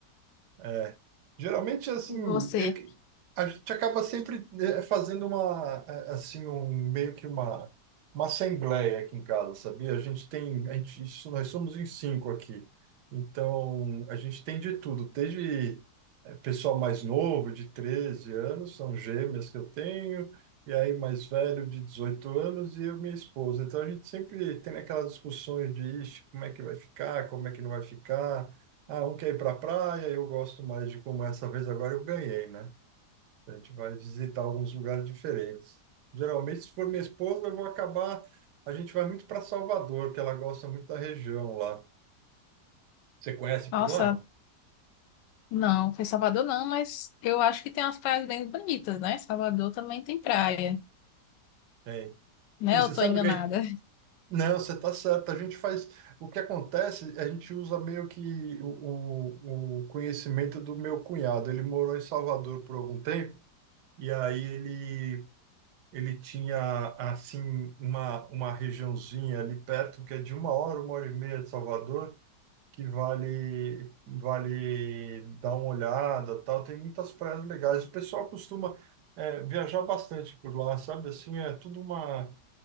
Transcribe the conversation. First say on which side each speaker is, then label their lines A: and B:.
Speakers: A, on the right (about 75°); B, on the left (about 80°).
A: É, geralmente, assim,
B: E você?
A: eu que- a gente acaba sempre eh, fazendo uma, eh, assim, um, meio que uma, uma assembleia aqui em casa, sabia? A gente tem, a gente, isso, nós somos em cinco aqui, então a gente tem de tudo, desde eh, pessoal mais novo, de 13 anos, são gêmeas que eu tenho, e aí mais velho, de 18 anos, e eu, e minha esposa. Então a gente sempre tem aquelas discussões de, "Ixi, como é que vai ficar, como é que não vai ficar, ah, um quer ir para a praia, eu gosto mais de como essa vez agora eu ganhei, né? A gente vai visitar alguns lugares diferentes. Geralmente, se for minha esposa, eu vou acabar. A gente vai muito para Salvador, que ela gosta muito da região lá. Você conhece
B: Nossa,
A: por lá, não?
B: não, foi Salvador não, mas eu acho que tem umas praias bem bonitas, né? Salvador também tem praia,
A: Tem.
B: né?
A: Tem,
B: Eu
A: você
B: tô
A: sabe
B: enganada,
A: o que é? Não, você está certo. A gente faz. O que acontece, a gente usa meio que o, o o conhecimento do meu cunhado. Ele morou em Salvador por algum tempo, e aí ele Ele tinha, assim, uma, uma regiãozinha ali perto, que é de uma hora, uma hora e meia de Salvador, que vale, vale dar uma olhada, tal. Tem muitas praias legais. O pessoal costuma, é, viajar bastante por lá, sabe? Assim, é tudo uma...